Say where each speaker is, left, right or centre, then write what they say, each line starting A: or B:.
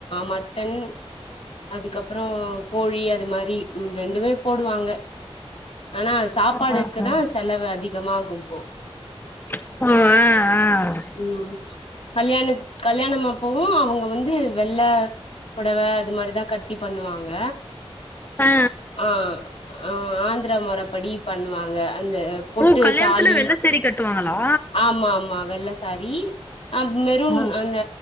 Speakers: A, on the left; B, on the left.
A: மட்டன் அதுக்கப்புறம் கோழி அது மாரி ம் ரெண்டுமே போடுவாங்க ஆனா சாப்பாடுக்குதான்
B: ஆ ஆ
A: செலவு அதிகமாகும் போ
B: ஓ ஆ ஆ
A: ம் கல்யாணத் கல்யாணம் அப்பவும் அவங்க வந்து வெள்ள புடவ அது மாதிரிதா கட் டி பண்ணுவாங்க
B: ஆ ஆ
A: ஆ ஆ ஆந்திர மொறப்படி பண்ணுவாங்க அந்த பொட்டு
B: ஓ கல்யாணத்துல
A: தாலி
B: வெள்ள சேரி கட்டுவாங்களா
A: ஆமா ஆமா வெள்ள சாரி அ மெரூன்
B: ஆ
A: அந்த